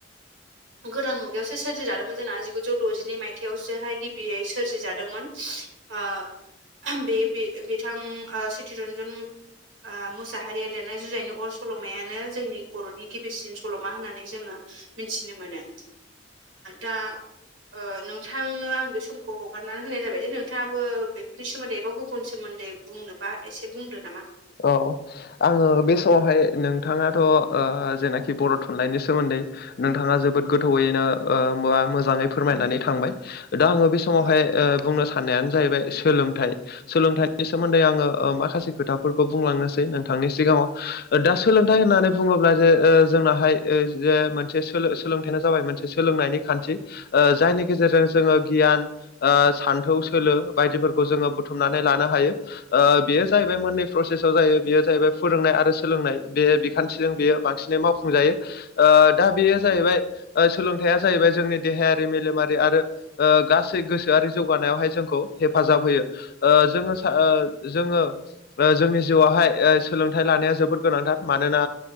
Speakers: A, on the right; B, on the left.
A: गोदान मुगायावसो सोरजिजादोंमोन जोंना जिगुजौ द'जिनै मायथाइयावसोहाय गिबियै सोरजिजादोंमोन बे बिथां चितिरन्जन मुसाहारिया लिरनाय जुजायनाय अर सल'मायानो जोंनि बर'नि गिबिसिन सल'मा होननानै जोङो मिथिनो मोनो दा ओ नोंथांनो आं बे समखौ हगारनानै होनाय जाबाय। नोंथाङाबो बेफोरनि सोमोन्दै एबा गुबुननि सोमोन्दै बुंनोबा एसे बुंदो नामा?
B: औ आङो बे समावहाय नोंथाङाथ' जेनाखि बर' थुनलाइनि सोमोन्दै नोंथांङा जोबोद गोथौयैनो ओ मा मोजांङै फोरमायनानै थांबाय। दा आङो बे समावहाय
A: औ
B: ओ बुंनो सा नायानो जाहैबाय सोलोंथाइ सोलोंथाइनि सोमोन्दै आङो माखासे खोथाफोरखौ बुंलांनोसै नोंथांनि सिगाङाव दा सोलोंथाइ होननानै बुङोब्ला जे ओ जोंनाहाय। ओ जे मोनसे सोलो सोलोंथायानो जाबाय मोनसे सोलोंनायनि खान्थि। जायनि गेजेरजों जोङो गियान ओ सान्थौ सोलो बायदिफोरखौ जोङो बुथुमनानै लानो हायो। ओ बेयो जाहोयबाय बे मोननै प्रसेसआव जायो बेयो जाहैबाय फोरोंनाय आरो सोलोंनाय बे बिखान्थिजों बेयो बांसिनै मावफुंजायो। ओ दा बेयो जाहैबाय ओ सोलोंथायाइया जाहैबाय जोंनि देहायारि मेलेमारि आरो गासै गोसोआरि जौगानायावहाय जोंखौ हेफाजाब होयो ओ जोङो सा ओ जोङो जोंनि जिउआवहाय सोलोंथाइ लानाया जोबोद गोनांथार। मानोना